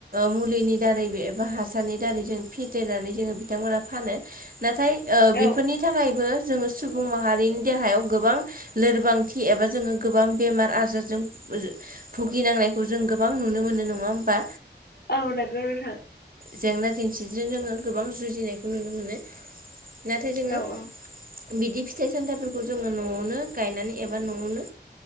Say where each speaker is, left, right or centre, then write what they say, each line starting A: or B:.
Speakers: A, on the right; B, on the left.
A: मुलिनि दारै एबा हासारनि दारै जों फेरनानै जोङो बिथांमोना फानो नाथाय
B: औ
A: बेफोरनि थाखायबो जोङो सुबुं माहारिनि देहायाव गोबां लोरबांथि एबा जोङो गोबां बेमार आजारजों भुगिनांनाय जों गोबां नुनो मोनो नाडा होनबा
B: औ नंगौ नोंथां
A: जेंना जेंसिजों जोङो गोबां जुजिनायखौ नुनो मोनो नाथाय जोङो
B: औ औ
A: बिदि फिथाइ सामथाइफोरखौ जोङो न'आवनो गायनानै एबा न'आवनो